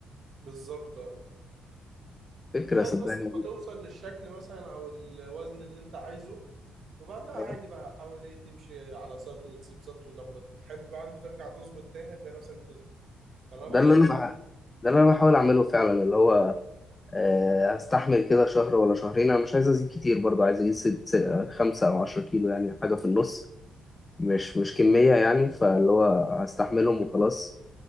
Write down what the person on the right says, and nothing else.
بالظبط آه.
لغايه
بس ما توصل للشكل مثلا او الوزن اللي انت عايزه وبعدها
عادي بقى حاول ايه تمشي على سطو وتسيب سطو لما تحب بقى انت ترجع تظبط تاني هتلاقي نفسك بتظبط يعني انا
برضو
كنت